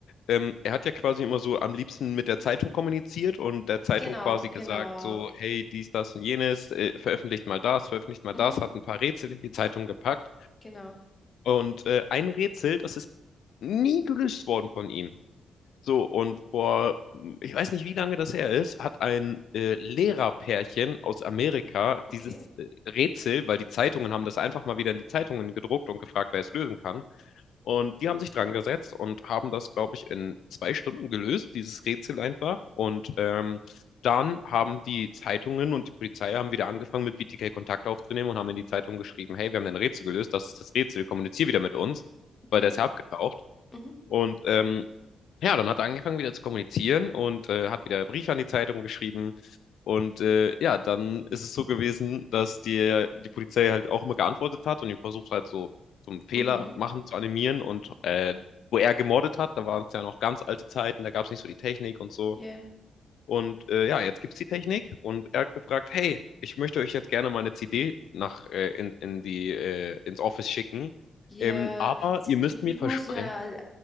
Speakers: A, on the left; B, on the left.
A: ähm, er hat ja quasi immer so am liebsten mit der Zeitung kommuniziert und der Zeitung
B: genau,
A: quasi gesagt,
B: genau.
A: so, hey, dies, das und jenes, äh, veröffentlicht mal das, veröffentlicht mal
B: Mhm,
A: das, hat ein paar Rätsel in die Zeitung gepackt.
B: genau.
A: Und äh, ein Rätsel, das ist nie gelöst worden von ihm. So, und vor, ich weiß nicht, wie lange das her ist, hat ein äh, Lehrerpärchen aus Amerika
B: Okay,
A: dieses äh, Rätsel, weil die Zeitungen haben das einfach mal wieder in die Zeitungen gedruckt und gefragt, wer es lösen kann. Und die haben sich dran gesetzt und haben das, glaube ich, in zwei Stunden gelöst, dieses Rätsel einfach. Und ähm, dann haben die Zeitungen und die Polizei haben wieder angefangen, mit BTK Kontakt aufzunehmen und haben in die Zeitung geschrieben, hey, wir haben dein Rätsel gelöst, das ist das Rätsel, kommunizier wieder mit uns,
B: okay.
A: weil der ist ja abgetaucht.
B: Mhm,
A: Und ähm, ja, dann hat er angefangen wieder zu kommunizieren und äh, hat wieder Briefe an die Zeitung geschrieben. Und äh, ja, dann ist es so gewesen, dass die, die Polizei halt auch immer geantwortet hat und ihn versucht halt so zum Fehler
B: mhm.
A: machen zu animieren. Und äh, wo er gemordet hat, da waren es ja noch ganz alte Zeiten, da gab es nicht so die Technik und so.
B: ja
A: Und äh, ja, jetzt gibt's die Technik und er hat gefragt, hey, ich möchte euch jetzt gerne mal eine CD nach äh, in, in die äh, ins Office schicken,
B: ja
A: ähm, aber ihr müsst
B: Das,
A: mir
B: das
A: versprechen.
B: muss ja